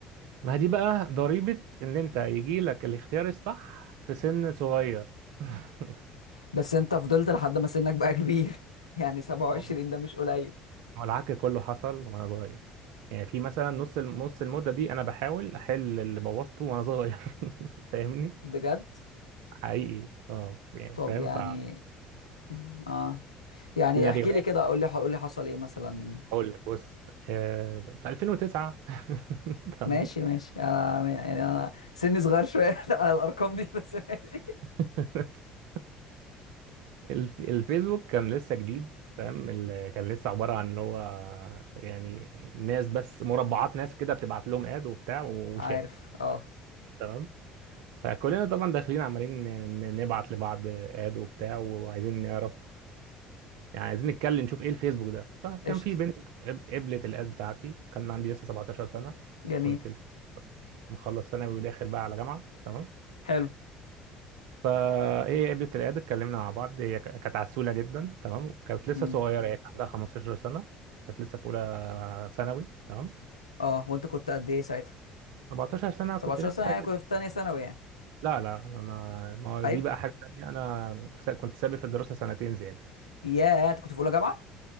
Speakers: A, on the right; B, on the left.
A: ما هي دي بقى ضريبة ان انت يجي لك الاختيار الصح في سن صغير <laughs>
B: بس انت فضلت لحد ما سنك بقى كبير <laughs> يعني 27
A: آه.
B: ده مش قليل
A: هو العك كله حصل وانا صغير يعني في مثلا نص الم- نص المدة دي انا بحاول احل اللي بوظته وانا صغير <laughs> فاهمني
B: بجد
A: حقيقي اه يعني
B: طب
A: فاهم
B: يعني
A: ف
B: اه يعني
A: سيناريوهات
B: احكي لي كده قول لي قول لي حصل ايه مثلا
A: اقول لك بص آه في 2009 <laughs> تمام
B: ماشي ماشي انا يعني انا سني صغير شويه <laughs> على الارقام دي بس ماشي
A: <laughs> الف- الفيسبوك كان لسه جديد فاهم ال- كان لسه عبارة عن اللي هو يعني ناس بس مربعات ناس كده بتبعت لهم اد وبتاع و-
B: عارف
A: وشات
B: اه
A: تمام فكلنا طبعا داخلين عمالين ن- نبعت لبعض اد وبتاع وعايزين نعرف يعني عايزين نتكلم نشوف ايه الفيسبوك ده فكان
B: قشطه
A: في بنت قب- قبلت الاد بتاعتي كان عندي لسه 17 سنة
B: جميل
A: كنت مخلص ثانوي وداخل بقى على جامعة تمام
B: حلو
A: فايه قابلت العياده اتكلمنا مع بعض هي ك- كانت عسوله جدا تمام كانت لسه
B: امم
A: صغيره هي مم. كان عندها 15 سنه كانت لسه في اولى ثانوي تمام
B: اه وانت كنت قد ايه ساعتها
A: 14 سنه
B: 17
A: كنت لسه
B: سنه يعني كنت في تانية ثانوي يعني
A: لا لا انا ما هو
B: ايوه
A: دي بقى حاجه تانيه انا س- كنت سابق في الدراسه سنتين زياده
B: ياه انت كنت في اولى جامعه